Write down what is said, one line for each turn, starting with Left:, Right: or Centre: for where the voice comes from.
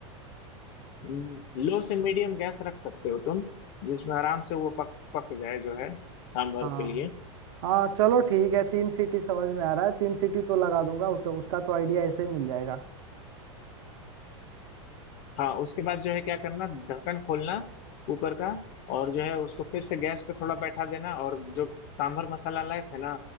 Left: लो से मीडियम गैस रख सकते हो तुम जिसमें आराम से वो पक पक जाए जो है सांभर
Right: हाँ
Left: के लिए
Right: हाँ चलो ठीक है तीन सीटी समझ में आ रहा है तीन सीटी तो लगा दूंगा वो तो उसका तो आइडिया ऐसे ही मिल जाएगा
Left: हाँ उसके बाद जो है क्या करना ढक्कन खोलना कुकर का और जो है उसको फिर से गैस पे थोड़ा बैठा देना और जो सांभर मसाला लाए थे ना